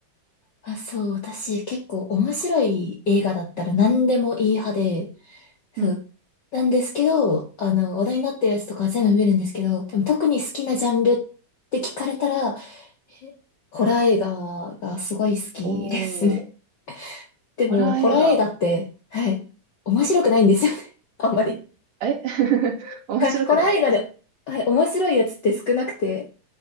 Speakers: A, on the left; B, on the right.
A: あ、そう、私結構面白い映画だったら何でもいい派で、そう、
B: うん。
A: なんですけど、あの、話題になってるやつとか全部見るんですけど、でも特に好きなジャンルって聞かれたら、えホラー映画がすごい好きですね。
B: おー、
A: <laughs> でも、
B: ホラー映画。
A: ホラー映画って、はい、面白くないんですよね。あんまり。
B: え <laughs> 面白くない。
A: はいホラー映画で、はい、面白いやつって少なくて、